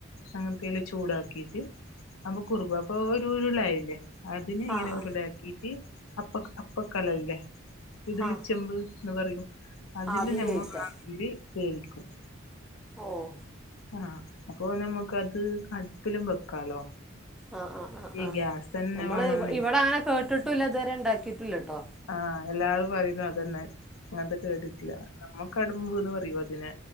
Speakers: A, on the left; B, in the centre.
A: അങ്ങൻത്തെല്ലാ ചൂടാക്കിട്ട് അപ്പൊ കുറുകു അപ്പൊ ഒരു ഉരുള്ളായില്ലേ? തിന്ങ്ങനെ
B: ആഹ്
A: ഉരുളക്കിട്ട് അപ്പ അപ്പക്കലംല്ലേ ഇഡില്
B: ആഹ് ആഹ്
A: ചെമ്പ് ന്ന് പറയും അതില്
B: ആവിയിൽ
A: നമ്മൾ
B: വേവിക്കുക
A: നട്ടില് വെവിക്കും.
B: ഓഹ്
A: ആഹ് അപ്പൊ നമക്ക്ത് അടുപ്പിലും വെക്കാലോ.
B: ആഹ് ആഹ് ആഹ്
A: ഈ
B: ആഹ്
A: ഗ്യാസ് തന്നെ
B: നമ്മള്
A: വേണോന്നില്ല
B: ഇവ ഇവിടെ അങ്ങനെ കേട്ടിട്ടുംല്ല ഇതുവരെ ഉണ്ടാക്കിയിട്ടുല്ല ട്ടോ.
A: ആഹ് എല്ലാരും പറയുന്നു അതന്നെ അങ്ങൻത്തെ കേട്ടിട്ടില്ല. നമ്മക്കടുമ്പുന്ന് പറയോ അതിനെ